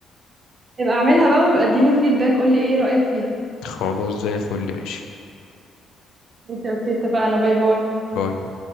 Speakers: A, on the right (about 25°); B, on the left (about 85°).
A: يبقى اعملها بقى ويبقى اديني فيدباك قولي ايه رايك فيها
B: خلاص زي الفل ماشي
A: ماشي اوكي اتفقنا باي باي
B: باي